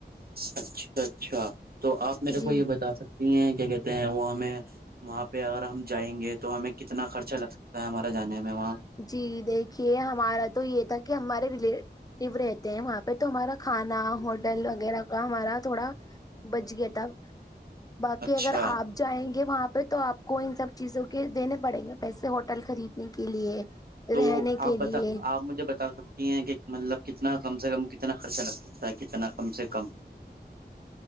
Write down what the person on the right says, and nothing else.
اچھا اچھا تو آپ میرے
کو یہ بتا سکتی ہیں کیا کہتے ہیں وہ ہمیں وہاں پہ اگر ہم جائیں گے تو ہمیں کتنا خرچہ لگ سکتا ہے ہمارے جانے میں وہاں
اچھا
تو
آپ
بتا آپ مجھے بتا سکتی ہیں کہ مطلب کتنا کم سے کم ک کتنا خرچہ لگ سکتا ہے کتنا کم سے کم